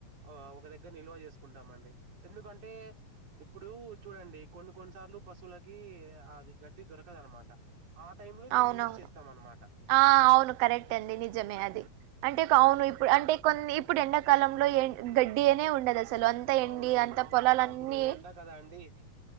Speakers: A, on the right; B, on the right.
A: ఆ ఒక దగ్గర నిల్వ చేసుకుంటామండి ఎందుకంటే ఇప్పుడు చూడండి కొన్ని కొన్నిసార్లు పశువులకి అది గడ్డి దొరకదనమాట ఆ టైమ్లో దీన్ని
B: అవునవును
A: యూజ్ చేస్తామన్నమాట
B: ఆ అవును కరెక్ట్ అండి నిజమే అది అంటే ఒక
A: ఆ
B: ఆవును ఇప్పుడు అంటే కొన్ని ఇప్పుడు ఎండాకాలంలో ఎ గడ్డి అనే ఉండదు అసలు అంత ఎండి
A: అవునవును
B: అంత పొలాలన్ని
A: అప్పుడు ఎండ అండి.